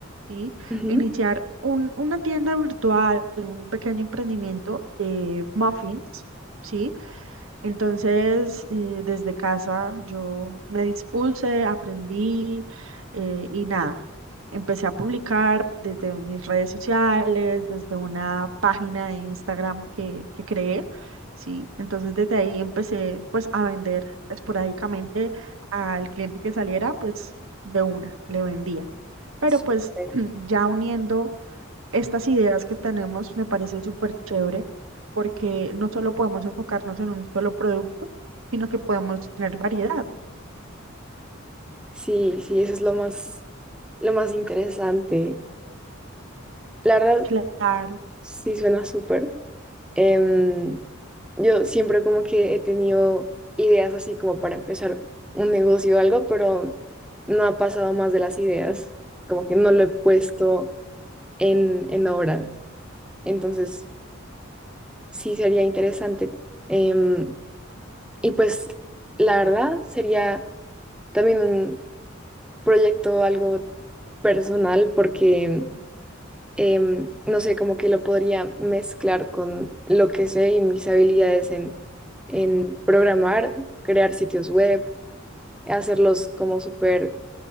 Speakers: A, on the right (about 80°); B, in the centre.
A: ¿sí?
B: Ujú.
A: Iniciar un, una tienda virtual, un pequeño emprendimiento de muffins, ¿sí? Entonces, eh, desde casa yo me dispuse, aprendí eh, y nada, empecé a publicar desde mis redes sociales, desde una página de Instagram que, que creé, ¿sí? Entonces, desde ahí empecé pues a vender esporádicamente al cliente que saliera, pues de una, le vendía. Pero
B: Súper.
A: pues <clears throat> ya uniendo estas ideas que tenemos me parece súper chévere porque no solo podemos enfocarnos en un solo producto, sino que podemos tener variedad.
B: Sí, sí, eso es lo más, lo más interesante. La verdad,
A: Claro,
B: Sí, suena súper. Em, yo siempre como que he tenido ideas así como para empezar un negocio o algo, pero no ha pasado más de las ideas, como que no lo he puesto en, en obra. Entonces, sí sería interesante. Em, y pues, la verdad, sería también un proyecto algo personal porque em, no sé, como que lo podría mezclar con lo que sé y mis habilidades en, en programar, crear sitios web, hacerlos como súper